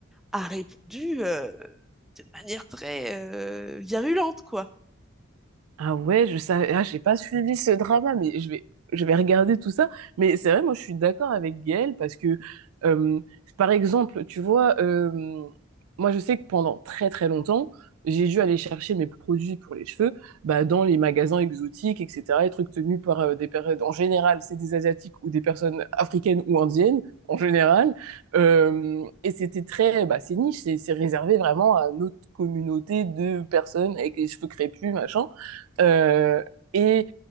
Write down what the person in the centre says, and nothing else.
a répondu euh, de manière très euh, virulente, quoi.